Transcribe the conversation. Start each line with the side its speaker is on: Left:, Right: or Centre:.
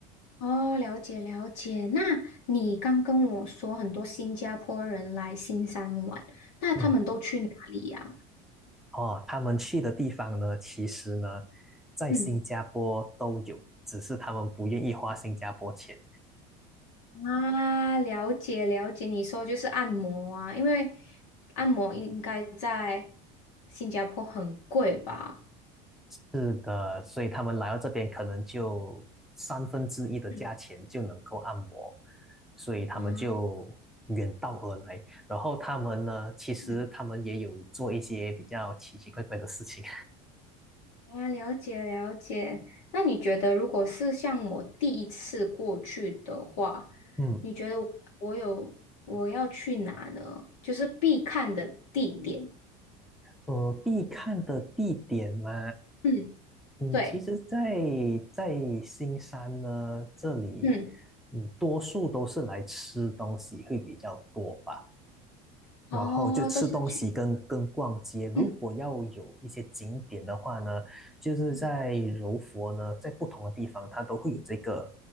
Left: 哦，了解了解。那你刚跟我说很多新加坡人来新山玩，那他们都去哪里呀？
Centre: 嗯，哦，他们去的地方呢，其实呢，在新加坡都有，
Left: 嗯。
Centre: 只是他们不愿意花新加坡钱。
Left: 啊，了解了解，你说就是按摩啊，因为按摩应该在新加坡很贵吧？
Centre: 是的，所以他们来到这边，可能就三分之一的价钱就能够按摩，
Left: 嗯
Centre: 所以他们就远道而来。
Left: 啊，
Centre: 然后他们呢，其实他们也有做一些比较奇奇怪怪的事情。
Left: 嗯啊，了解了解。那你觉得，如果是像我第一次过去的话，
Centre: <laughs> 嗯，
Left: 你觉得我我有我要去哪呢？就是必看的地点。
Centre: 呃，必看的地点嘛，
Left: 嗯，
Centre: 嗯，
Left: 对，
Centre: 其实在，在新山呢，这里，
Left: 嗯，
Centre: 嗯，多数都是来吃东西会比较多吧。然后就吃东西跟跟逛街。
Left: 哦，都是去，
Centre: 如果要有一些景点的话呢，
Left: 嗯
Centre: 就是在柔佛呢，
Left: 嗯
Centre: 在不同的地方它都会有这个